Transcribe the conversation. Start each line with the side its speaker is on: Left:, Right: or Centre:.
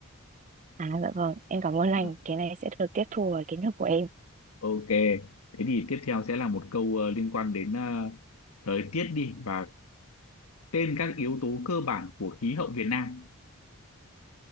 Right: À dạ vâng, em cảm ơn anh.
Left: Ừ.
Right: Cái này sẽ được tiếp thu vào kiến thức của em.
Left: ok thế thì tiếp theo sẽ là một câu ờ, liên quan đến ờ, thời tiết đi và tên các yếu tố cơ bản của khí hậu Việt Nam